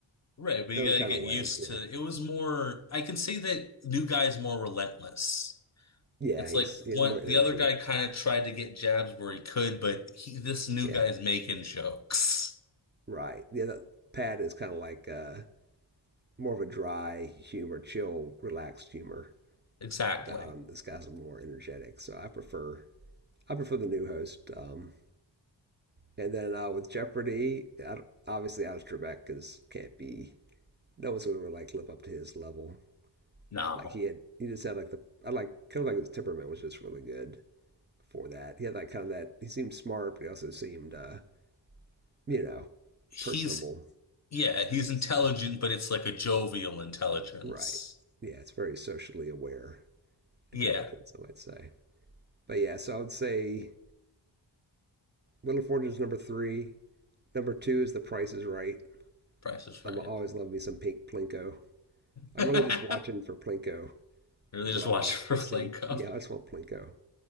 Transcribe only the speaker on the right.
own
kind
of way.
Yeah,
yeah,
he's
he has
more energy.
Yeah,
right. Yeah, that, Pat is kind of like uh, more of a dry humor, chill, relaxed humor
about him. This guy's a little more energetic, so I prefer I prefer the new host. Um, And then uh, with Jeopardy, I obviously Alex Trebek is can't be. No one's gonna really, like live up to his level.
Like he had, he just had like the I like kind of like his temperament was just really good for that. He had like kind of that. He seemed smart, but he also seemed, uh, you know,
personable.
So
right, yeah, it's very socially aware
intelligence, I might say. But yeah, so I would say Wheel of Fortune is number three. Number two is The Price is Right.
I'm always love me some pink Plinko. I'm
really just watching for Plinko
is
what I
want
to
see. Yeah, I just want Plinko.